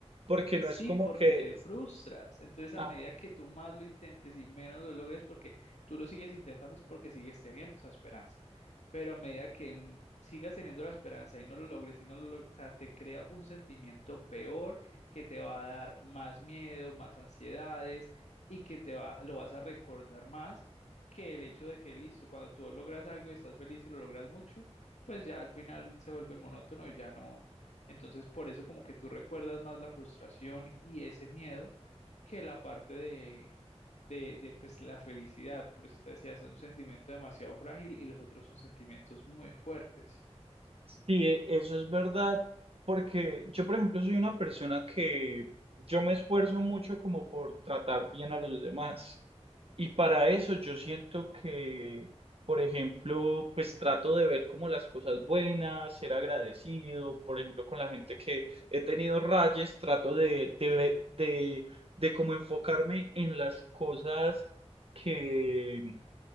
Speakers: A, on the right (about 60°); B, on the left (about 80°).
A: porque
B: Sí,
A: no es como
B: porque
A: que,
B: te frustras. Entonces,
A: ah,
B: a medida que tú más lo intentes y menos lo logres, porque tú lo sigues intentando, es porque sigues teniendo esa esperanza. Pero a medida que n- sigas teniendo la esperanza y no lo logres, y no lo log- o sea, te crea un sentimiento peor que te va a dar más miedo, más ansiedades y que te va, lo vas a recordar más que el hecho de que, listo, cuando tú logras algo y estás feliz y lo logras mucho, pues ya al final se vuelve monótono y ya no, entonces, por eso como que tú recuerdas más la frustración y ese miedo que la parte de, de, de, pues la felicidad. Por eso te decía, es un sentimiento demasiado frágil y los otros son sentimientos muy fuertes.
A: sí, e- eso es verdad, porque yo, por ejemplo, soy una persona que yo me esfuerzo mucho como por tratar bien a los demás. Y para eso yo siento que, por ejemplo, pues trato de ver como las cosas buenas, ser agradecido, por ejemplo, con la gente que he tenido rayes, trato de, de, ve- de, de como enfocarme en las cosas que,